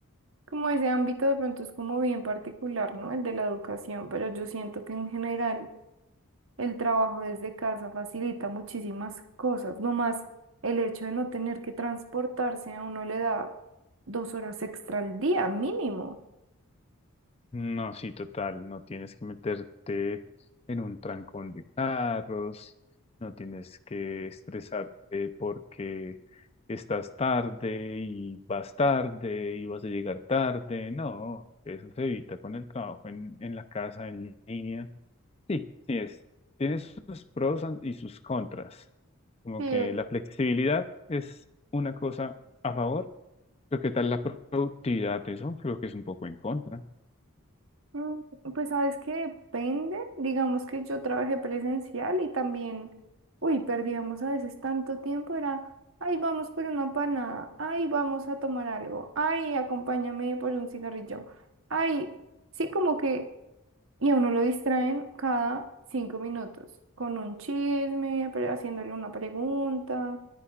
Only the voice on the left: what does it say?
No, sí, total, no tienes que meterte en un trancón de carros, no tienes que estresarte porque estás tarde y vas tarde y vas a llegar tarde, no, eso se evita con el trabajo en, en la casa, en línea. Sí, sí es, tiene sus pros an- y sus contras, como
que la flexibilidad es una cosa a favor, pero ¿qué tal la productividad? Eso creo que es un poco en contra.